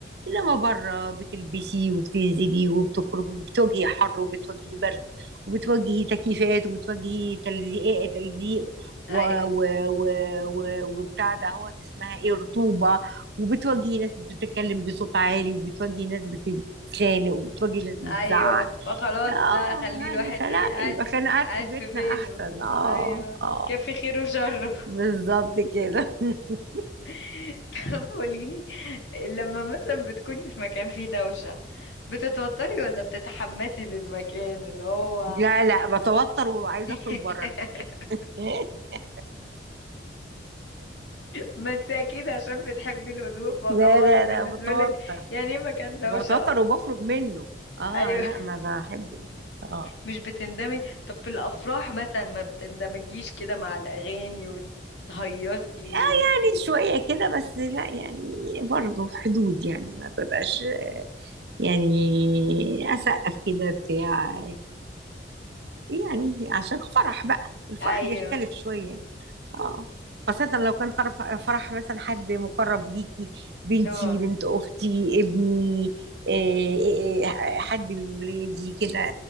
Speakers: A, on the right; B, on the left.
A: انما بره بتلبسي وبتنزلي وبتخرجي بتواجهي حر وبتواجهي برد وبتواجهي تكييفات وبتواجهي تلزيق تلزيق
B: ايوه
A: و... و... و... و... وبتاع ده هو اسمها ايه رطوبه وبتواجهي
B: مم.
A: ناس بتتكلم بصوت عالي وبتواجهي ناس بتتخانق وبتواجهي ناس بتزعق
B: ايوه فخلاص
A: اه
B: لا خلي الواحد
A: يعني فلا
B: ايه قاعد
A: يبقى كان قاعد
B: قاعد
A: في بيتنا
B: في بيته
A: احسن اه
B: ايوه
A: اه
B: كافي خيره وشره
A: بالظبط كده <laughs>
B: <laughs> طب قوليلي لما مثلا بتكوني في مكان فيه دوشة بتتوتري ولا بتتحمسي للمكان اللي هو
A: لا لا بتوتر وببقى عايزه
B: <laughs>
A: اخرج بره المكان <laughs>
B: ما انت اكيد عشان بتحبي الهدوء فخلاص
A: لا لا
B: بالنسبة
A: لا بتوتر
B: لك يعني ايه مكان دوشة
A: بتوتر
B: اصلا
A: وبخرج منه اه
B: ايوه
A: لا ما بحبش اه
B: مش بتندمي طب في الافراح مثلا ما بتندمجيش كده مع الاغاني وتهيصي
A: آه، يعني شويه كده بس لا يعني برضه في حدود يعني ما ببقاش يعني اسقف كده بتاع يعني عشان فرح بقى الفرح
B: ايوه
A: بيختلف شوية اه خاصة لو كان خرف- فرح مثلا حد مقرب ليكي بنتي
B: اه
A: بنت أختي ابني إيه، إيه، إيه، حد من ولادي كده